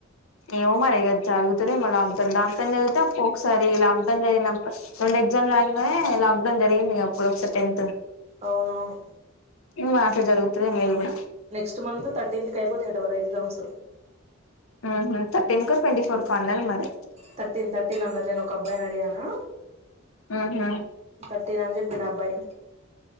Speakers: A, on the left; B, on the right.
A: ఏమో మరి ఇగ జరుగుతది ఏమో లాక్ డౌన్ జరిగితే అప్పు ఒకసారి లాక్ డౌన్ జరిగినప్పుడు అడ్ ఎగ్జామ్ గానే లాక్ డౌన్ జరిగింది అప్పుడు ఒకసారి టెన్త్
B: అవునవును
A: ఏమో అట్ల జరుగుతది ఏమో ఇది కూడా
B: నెక్స్ట్ మంత్ థర్టీన్త్ కి అయిపోతాయి అంట వాళ్ళ ఎగ్జామ్స్
A: ఉహు థర్టీన్ కు ట్వంటీ ఫోర్ కు అన్నది మరి
B: థర్టీన్ థర్టీన్ అన్నారు నేను ఒక అబ్బాయిని అడిగాను
A: ఆహ
B: థర్టీన్ అని చెప్పిండు ఆ అబ్బాయి